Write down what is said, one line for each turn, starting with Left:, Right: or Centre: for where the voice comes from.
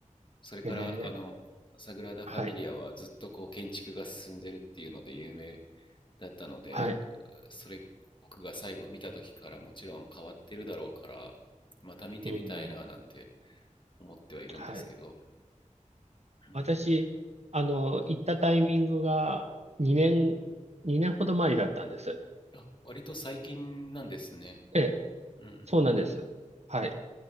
Left: それから、
Right: ええ。
Left: あの、サグラダ・
Right: はい。
Left: ファミリアはずっとこう建築が進んでるっていうので有名だったので、
Right: はい。
Left: それ、僕が最後見た時からもちろん変わってるだろうから、また見てみたいななんて
Right: うん。
Left: 思ってはいるんですけど、
Right: はい。
Left: うん。
Right: 私、あの、行ったタイミングが2年、2年ほど前だったんです。
Left: あ、割と最近なんですね。
Right: ええ、
Left: うん。
Right: そうなんです。はい。